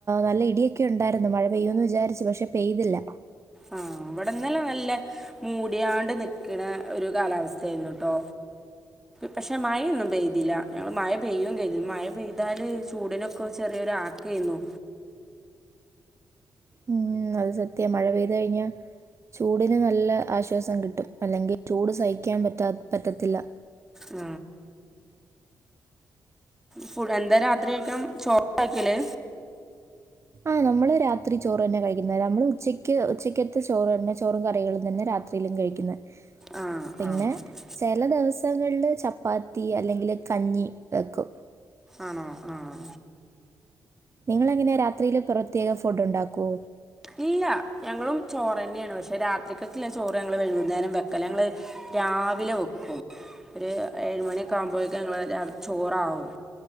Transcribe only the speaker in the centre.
ആഹ് ഇവിടെ ഇന്നലെ നല്ല മൂടിയാണ്ട് നിക്കണ ഒരു കാലാവസ്ഥായിരുന്നുട്ടോ പക്ഷെ മഴയൊന്നും പെയ്തില്ല ഞങ്ങള് മഴ പെയ്യയും കഴതില്ല മഴ പെയ്താല് ചൂടിനൊക്കെ ചെറിയൊ ആക്ക്യന്നു.
ഉ ഫുഡ് എന്താ രാത്രി ആക്കാം ചോറാക്കല്
ആഹ്
ആഹ് അതെ
ആണോ ആഹ്
ഇല്ല ഞങ്ങളും ചോറെന്നേണ് പക്ഷെ രാത്രിക്കക്കില്ലേ ചോറ് ഞങ്ങള് വൈകുന്നേരം വെക്കലാ ഞങ്ങള് രാവിലെ വെക്കും ഒരു ഏഴുമണിയക്കെ ആവുമ്പോഴേക് ഞങ്ങള് ചോറാവും